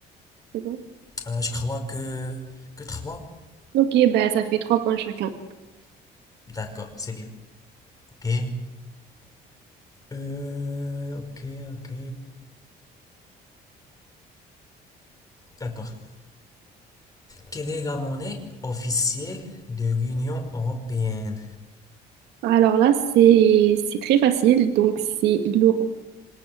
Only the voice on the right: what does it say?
C'est bon.
Ok, bah, ça fait trois points chacun.
Alors là, c'est c'est très facile, donc c'est Laurent.